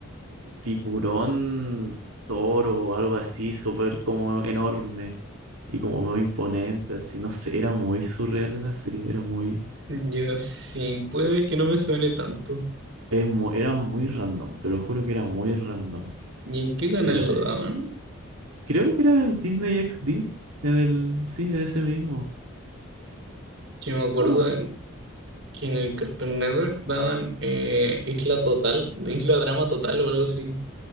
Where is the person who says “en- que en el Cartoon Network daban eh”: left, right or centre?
Right